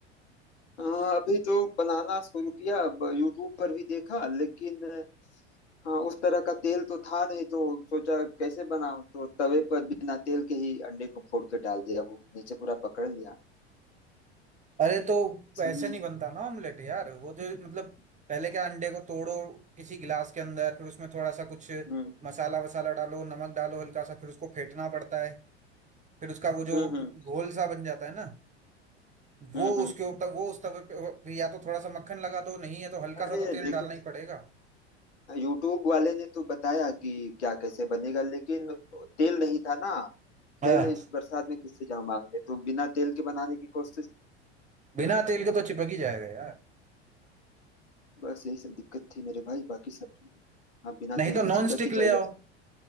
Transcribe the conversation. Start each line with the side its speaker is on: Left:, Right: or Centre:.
Left: अ, अभी तो बनाना शुरू किया अब यूट्यूब पर भी देखा लेकिन हाँ उस तरह का तेल तो था नहीं तो सोचा कैसे बनाऊं तो तवे पर बिना तेल के ही अंडे को फोड़ के डाल दिया वो नीचे पूरा पकड़ लिया
Right: अरे तो
Left: समझ
Right: ऐसे नहीं बनता ना ऑमलेट यार वो जो मतलब पहले क्या अंडे को तोड़ो किसी गिलास के अंदर फिर उसमें थोड़ा सा कुछ
Left: हम्म
Right: मसाला वसाला डालो नमक डालो हल्का सा फिर उसको फेंटना पड़ता है फिर उसका वो जो
Left: हम्म हम्म
Right: घोल सा बन जाता है ना वो
Left: हम्म हम्म।
Right: उसके ऊपर वो उस तवे पे या तो थोड़ा सा मक्खन लगा दो नहीं है तो हल्का
Left: अरे
Right: सा तो तेल
Left: देखो
Right: डालना ही पड़ेगा
Left: यूट्यूब वाले ने तो बताया कि क्या कैसे बनेगा लेकिन तेल नहीं था ना
Right: हाँ
Left: तेल इस बरसात में किससे जाऊं मांगने तो बिना तेल के बनाने की कोशिश
Right: बिना तेल के तो चिपक ही जाएगा यार
Left: बस यही सब दिक्कत थी मेरे भाई बाकी सब ठीक है। हाँ बिना
Right: नहीं
Left: तेल
Right: तो
Left: की
Right: नॉन
Left: चिपक
Right: स्टिक
Left: ही जाएगा
Right: ले आओ